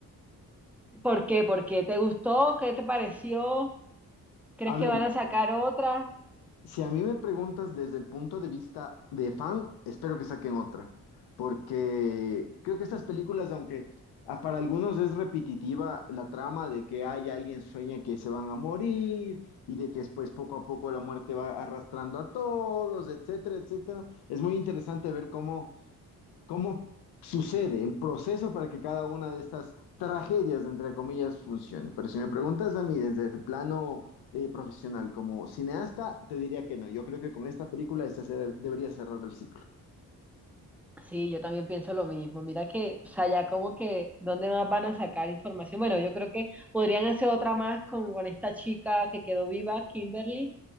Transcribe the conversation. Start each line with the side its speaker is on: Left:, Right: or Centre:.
Centre: ¿Por qué? ¿Por qué? ¿Te gustó? ¿Qué te pareció? ¿Crees
Left: A
Centre: que
Left: ver,
Centre: van a sacar otra?
Left: Si a mí me preguntas desde el punto de vista de fan, espero que saquen otra, porque creo que estas películas, aunque ah, para algunos es repetitiva la trama de que hay alguien sueña que se van a morir y de que después poco a poco la muerte va arrastrando a todos, etcétera, etcétera, es muy interesante ver cómo ¿Cómo sucede el proceso para que cada una de estas tragedias, entre comillas, funcione? Pero si me preguntas a mí desde el plano eh, profesional como cineasta, te diría que no. Yo creo que con esta película este se- debería cerrar el ciclo.
Centre: Sí, yo también pienso lo mismo. Mira que, o sea, ya como que, ¿dónde más van a sacar información? Bueno, yo creo que podrían hacer otra más con, con esta chica que quedó viva, Kimberly